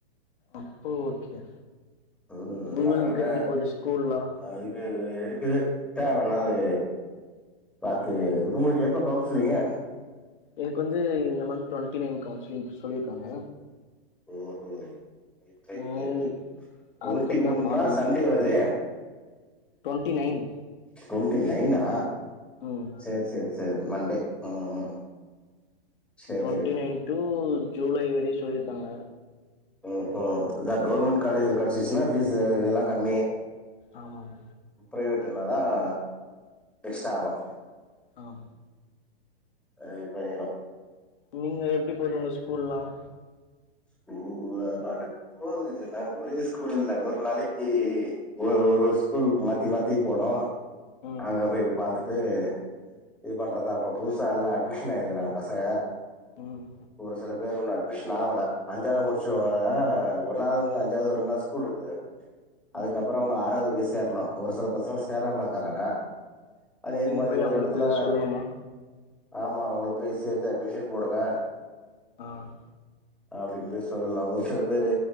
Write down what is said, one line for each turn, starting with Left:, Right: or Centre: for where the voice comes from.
Left: அப்போ ஓகே
Centre: உம்
Left: உங்களுக்கு
Centre: அதனாட
Left: எப்டி போது ஸ்கூல்லா
Centre: அதுக்கு இருக்குது தேவனா அது பாத்து
Left: ம்
Centre: உங்களுக்கு எப்ப கவுன்சிலிங்கு
Left: எனக்கு வந்து இந்த மந்த் டுவெண்ட்டி நைன் கவுன்சிலிங் சொல்லியிருக்காங்க
Centre: ஓஹோ சேர்
Left: ம்
Centre: சேர் சேர் டுவெண்ட்டி
Left: அதுக்கு தா
Centre: ஒன்னா
Left: பாக்கணு
Centre: சண்டே வருதே
Left: டுவெண்ட்டி நைன்
Centre: டுவெண்ட்டி நைனா
Left: ம்
Centre: சேரி சேரி சேரி மண்டே ம் சேரி
Left: டுவெண்ட்டி நைன் டூ ஜூலை வரயும் சொல்லியிருக்காங்க
Centre: ஹம் ஹம் இதான் கவர்மெண்ட் காலேஜ்ல கிடைச்சிச்சுன்னா ஃபீஸ் இதெல்லாம் கம்மி
Left: ஆமாம்
Centre: பிரைவேட்ன தான் எக்ஸ்ட்ரா ஆகும்
Left: ஆம்
Centre: அஹ் இப்ப நீணும்
Left: நீங்க எப்படி போது உங்க ஸ்கூல்லாம்
Centre: ஸ்கூ அத பாட்டுக்கு போது நாங்கஒரே ஸ்கூல் இல்ல ஒரு நாளைக்கு ஒரு ஒரு ஸ்கூல் மாத்தி மாத்தி போனும்
Left: ம்
Centre: அங்க போய் பாத்து இது இது பண்றதுதான் இப்ப புதுசா எல்லாம் அட்மிஷன் ஆயிருக்கறாங்க பசங்க
Left: ம்
Centre: ஒரு சில பேரு இன்னும் அட்மிஷன் ஆகல அஞ்சாவது முடிச்சவங்க ஒன்னாவதுல இருந்து அஞ்சாவது வரயும்தான் ஸ்கூல் இருக்குது அதுக்கப்பறம்
Left: ஓ
Centre: அவங்க ஆறாவது போய் சேரணும் ஒரு சில பசங்க சேராமா இருக்கறாங்க அதே
Left: நீங்க
Centre: மாரி
Left: போய் அவங்களுக்கு
Centre: ஒரு எடத்துல
Left: சொல்லணுமா
Centre: ஆமாம் உங்கள போய் சேத்து அட்மிஷன் போடுங்க
Left: ஆஹ்
Centre: அப்படின்னு போய் சொல்லலாம் ஒரு சில பேரு